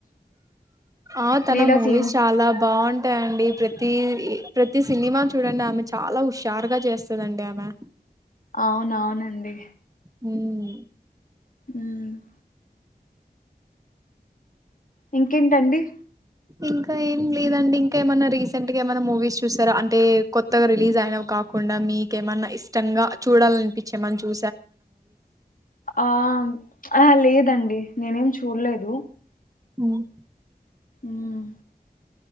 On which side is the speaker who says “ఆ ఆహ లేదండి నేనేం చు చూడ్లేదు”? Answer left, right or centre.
Left